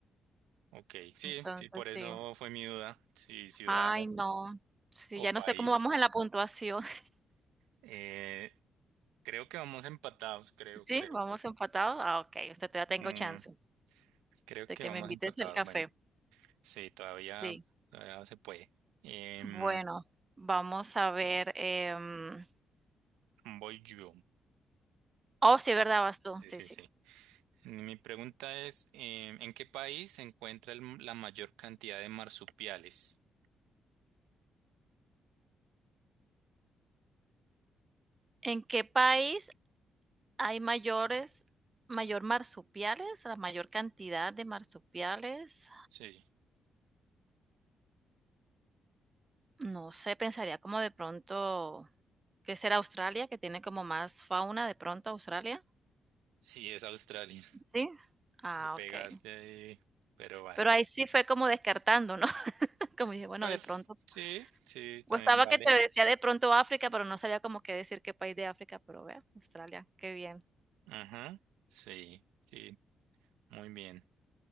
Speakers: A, on the right; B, on the right.
A: Ok, sí,
B: Entonces,
A: sí, por eso
B: sí.
A: fue mi duda, si ciudad
B: Ay, no. Sí,
A: o
B: ya
A: país.
B: no sé cómo vamos en la puntuación. <laughs>
A: Eh, creo que vamos empatados, creo,
B: Sí,
A: creo.
B: vamos empatados. Ah, ok. Usted ya tengo
A: Mm,
B: chance
A: creo
B: de
A: que
B: que
A: vamos
B: me invites
A: empatados,
B: el café.
A: bueno, sí, todavía,
B: Sí.
A: todavía se puede. Em,
B: Bueno, vamos a ver. em,
A: voy yo.
B: oh, sí,
A: Ah,
B: ¿verdad, vas tú?
A: Sí,
B: Sí,
A: sí,
B: sí.
A: sí. Mi pregunta es, em, ¿en qué país se encuentra el- la mayor cantidad de marsupiales?
B: ¿En qué país hay mayores, mayor marsupiales, la mayor cantidad de marsupiales?
A: Sí,
B: No sé, pensaría como de pronto, que será Australia, que tiene como más fauna de pronto Australia.
A: sí, es Australia.
B: Sí. Ah,
A: Me pegaste
B: ok.
A: ahí, pero vale.
B: Pero ahí sí fue como descartando, ¿no? <laughs> Como dije, bueno,
A: Pues
B: de pronto.
A: sí, sí,
B: O
A: también
B: estaba
A: vale.
B: que te decía de pronto África, pero no sabía como qué decir qué país de África, pero vea, Australia, qué bien.
A: Ajá, sí, sí, muy bien.